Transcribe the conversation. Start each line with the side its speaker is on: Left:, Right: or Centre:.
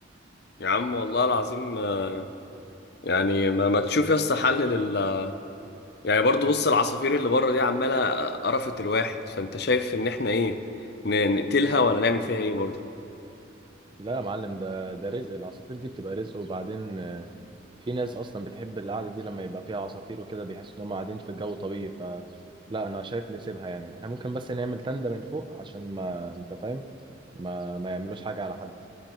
Left: يا عم والله العظيم آه، يعني ما, ما تشوف يا اسطى حل لل يعني برضه بص العصافير اللي بره دي عماله قرفت الواحد فانت شايف ان احنا ايه ن- نقتلها ولا نعمل فيها ايه برضه
Right: لا يا معلم ده ده رزق العصافير دي بتبقى رزق وبعدين في ناس اصلا بتحب القعده دي لما يبقى فيها عصافير وكده بيحسوا ان هم قاعدين في جو طبيعي ف لا انا شايف نسيبها يعني احنا ممكن بس نعمل تندة من فوق عشان ما انت فاهم ما ما يعملوش حاجه على حد